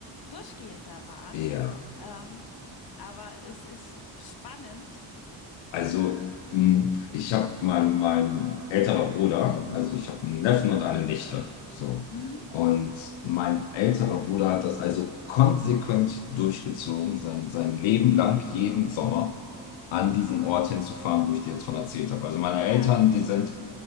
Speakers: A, on the left; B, on the left.
A: durchgehend da waren.
B: Ja.
A: Ähm, aber es ist spannend.
B: Also, mh, ich habe mein, mein älterer Bruder, also ich habe einen Neffen und eine Nichte. So.
A: Mhm.
B: Und mein älterer Bruder hat das also konsequent durchgezogen, sein, sein Leben lang, jeden Sommer an diesen Ort hinzufahren, wo ich dir jetzt von erzählt habe. Also meine
A: Ja,
B: Eltern, die sind,